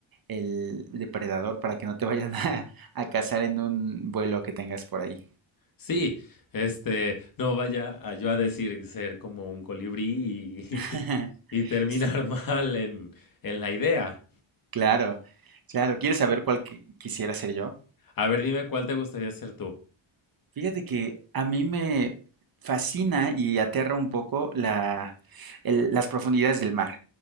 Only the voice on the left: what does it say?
Sí, este, no vaya a yo a decir ser como un colibrí y,
<laughs> y terminar
mal en, en la idea.
A ver, dime cuál te gustaría ser tú.